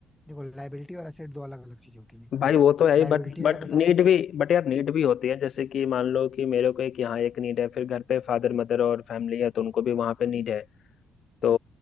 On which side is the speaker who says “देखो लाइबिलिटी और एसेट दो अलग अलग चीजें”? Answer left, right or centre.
Centre